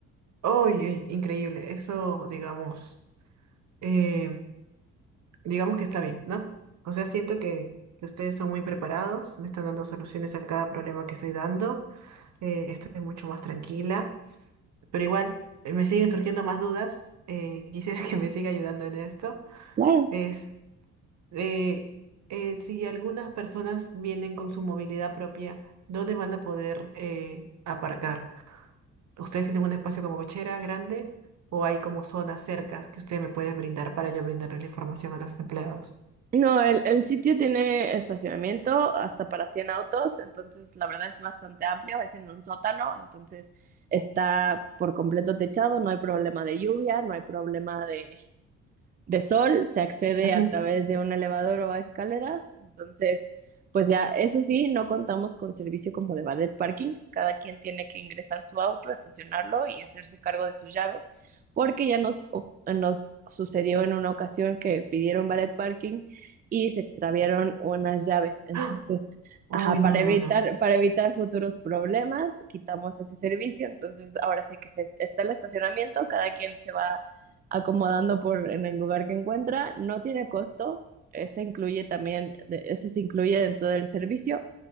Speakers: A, on the right; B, on the right.
A: Uy, uy, increíble. Eso, digamos, eh, digamos que está bien, ¿no? O sea, siento que, que ustedes son muy preparados, me están dando soluciones a cada problema que estoy dando. eh, estoy mucho más tranquila, pero igual eh, me siguen surgiendo más dudas. eh, <laughs> quisiera que me siga ayudando en esto.
B: Claro.
A: Es eh, eh, si algunas personas vienen con su movilidad propia, ¿dónde van a poder eh, aparcar? ¿Ustedes tienen un espacio como cochera grande o hay como zonas cercas que ustedes me pueden brindar para yo brindarles la información a los empleados?
B: No, el, el sitio tiene estacionamiento hasta para 100 autos, entonces la verdad es bastante amplio, es en un sótano, entonces está por completo techado, no hay problema de lluvia, no hay problema de de sol, se accede
A: Ujú.
B: a través de un elevador o a escaleras, entonces, pues ya, eso sí, no contamos con servicio como de valet parking, cada quien tiene que ingresar su auto, estacionarlo y hacerse cargo de sus llaves, porque ya nos, o- nos sucedió en una ocasión que pidieron valet parking y se extraviaron unas llaves,
A: <gasps>
B: entonces...
A: ¡Ah! Uy,
B: Ajá, para
A: no, no,
B: evitar,
A: no.
B: para evitar futuros problemas, quitamos ese servicio. Entonces, ahora sí que se, está el estacionamiento, cada quien se va acomodando por en el lugar que encuentra. No tiene costo, ese incluye también, de- ese se incluye dentro del servicio.